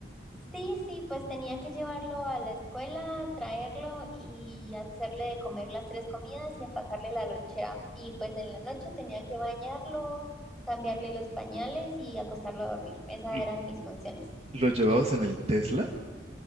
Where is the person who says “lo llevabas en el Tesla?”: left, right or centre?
Right